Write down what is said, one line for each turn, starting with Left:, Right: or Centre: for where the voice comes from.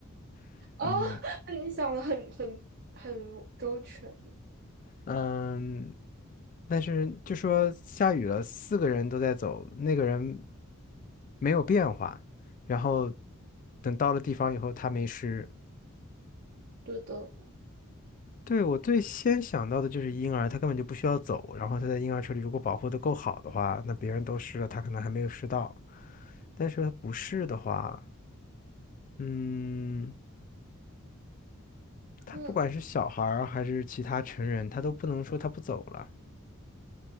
Left: <laughs>
Right: 哦，
Left: 嗯
Right: <laughs> 你想的很很很周全，
Left: 嗯，但是就说下雨了，四个人都在走，那个人没有变化，然后等到了地方以后，他没湿。
Right: 对的。
Left: 对，我最先想到的就是婴儿，他根本就不需要走，然后他在婴儿车里如果保护的够好的话，那别人都湿了，他可能还没有湿到。但是他不是的话，嗯，他不管是小孩儿还是其他成人，
Right: 嗯，
Left: 他都不能说他不走了，